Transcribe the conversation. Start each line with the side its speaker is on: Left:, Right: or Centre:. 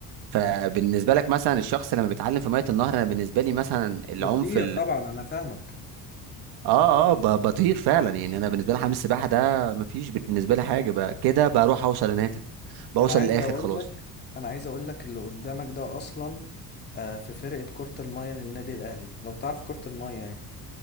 Right: فبالنسبه لك مثلا الشخص لما بيتعلم في ميه النهر انا بالنسبه لي مثلا العنف
Left: بتطير طبعا انا فاهمك
Right: اه اه ب- بطير فعلا يعني انا بالنسبه لي حمام السباحه ده مفيش بالنسبه لي حاجه بقى كده بروح اوصل هناك بوصل
Left: انا عايز
Right: للاخر
Left: اقول
Right: خلاص
Left: لك انا عايز اقول لك اللي قدامك ده اصلا آه، في فرقه كره الميه للنادي الاهلي لو تعرف كره الميه يعني